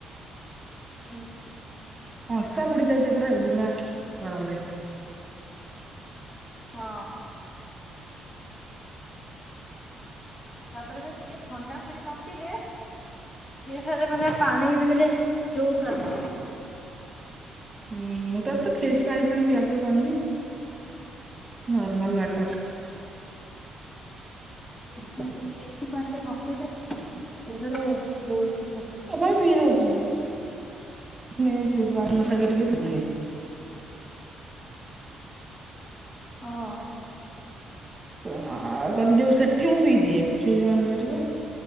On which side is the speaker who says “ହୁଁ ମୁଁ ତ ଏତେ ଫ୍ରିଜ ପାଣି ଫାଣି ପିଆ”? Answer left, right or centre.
Right